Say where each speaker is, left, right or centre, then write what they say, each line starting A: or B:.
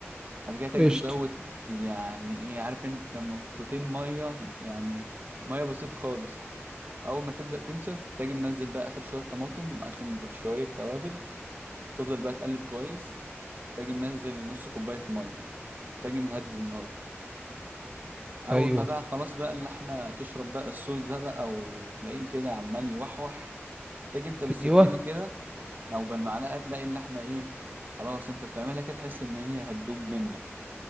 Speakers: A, on the right; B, on the right.
A: بعد كده تجي
B: قشطة
A: مزود يعني ايه عارف انت نقطتين مية يعني مية بسيطة خالص أول ما تبدأ تنشف تجي منزل بقى آخر شوية طماطم آخر شوية توابل تفضل بقى تقلب كويس تجي منزل نص كوباية مية تجي مهدي النار أول
B: ايوه
A: ما بقى خلاص بقى اللحمة تشرب بقى الصوص ده بقى وتلاقيه كده عمال يوحوح تجي انت بالسكينة
B: ايوه
A: كده او بالمعلقه تلاقي اللحمه ايه خلاص انت بتعملها كده تحس ان هي هتدوب منك